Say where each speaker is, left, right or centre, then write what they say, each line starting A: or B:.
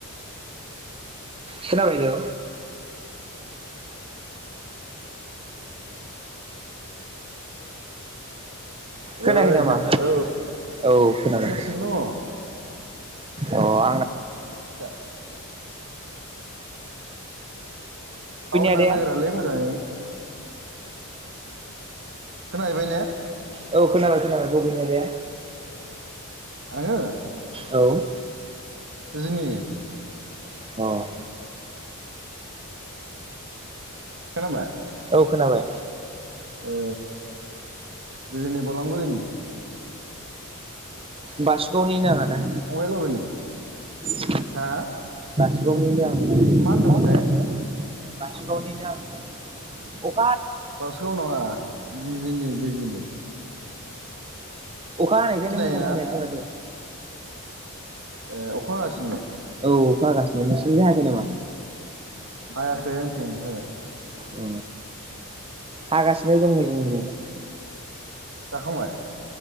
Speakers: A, on the right; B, on the right.
A: खोनाबाय हेलौ खोनायाखै
B: ओइ
A: नामा
B: औ
A: औ खोनादों।
B: खोनागासिनो दङ
A: औ आं <inaudible> <inaudible>
B: दा टावार
A: आदाया?
B: नांनो नागिरालै मोजाङै। खोनाहैबाय ने।
A: औ खोनाबाय खोनाबाय बबेनि आदाया?
B: आङो।
A: औ
B: जोंनि
A: औ
B: खोनाबाय।
A: औ खोनाबाय।
B: ए बिजनि बलांगुरिनि।
A: बासुगावनि आंहा।
B: फंबाय लाबोनि
A: <unintelligible>
B: हा।
A: <unintelligible> <unintelligible> मा होनदों
B: मा होनदोंमोनथाय
A: नोङो बासुगावनिनो आं होनदों।
B: बासुगाव नङा बिजनि, बिजनि।
A: अखा हानायखायनो
B: सिनायोना
A: मोजां खोनायाखिसै माथो।
B: ए अखा हागासिनो?
A: औ अखा हागासिनो नोंसिनिथिं हायाखै नामा?
B: हायाखै आंनिथिं ओङो
A: अ हागासिनो दं नै जोंनिथिं।
B: जाखांबाय